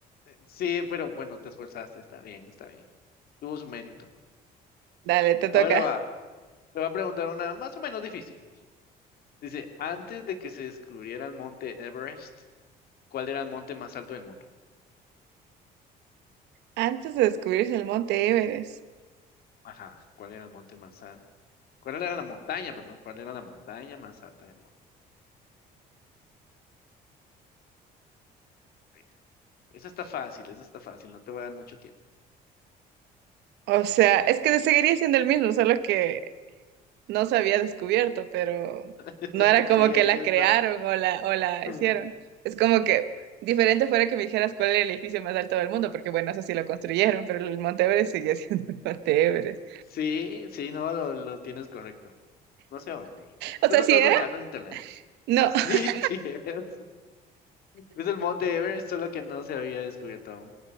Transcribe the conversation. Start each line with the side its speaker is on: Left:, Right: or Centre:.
Left: sí, pero bueno, te esforzaste. Está bien, está bien. tuvo su mérito.
Right: Dale, te toca.
Left: Ahora va, te voy a preguntar una más o menos difícil. Dice, antes de que se descubriera el monte Everest, ¿cuál era el monte más alto del mundo?
Right: Antes de descubrirse el monte Everest.
Left: Ajá, ¿cuál era el monte más alto? ¿Cuál era la montaña, perdón? ¿Cuál era la montaña más alta del mundo? Ahí está. Esa está fácil, esa está fácil, no te voy a dar mucho tiempo.
Right: O sea, es que seguiría siendo el mismo, solo que no se había descubierto, pero
Left: <laughs>
Right: no era como
Left: Sí, ahí
Right: que la
Left: está.
Right: crearon o la,
Left: <laughs>
Right: o la hicieron. Es como que diferente fuera que me dijeras cuál es el edificio más alto del mundo, porque bueno, eso sí lo construyeron, pero el Monte Everest sigue siendo <laughs> el Monte Everest.
Left: Sí, sí, no, lo, lo tienes correcto. No sé, hombre. Tú
Right: O
Left: lo
Right: sea,
Left: estás
Right: ¿sí era?
Left: buscando en internet.
Right: No,
Left: Sí,
Right: <laughs>
Left: <laughs> sí es. Es el monte Everest, solo que no se había descubierto aún.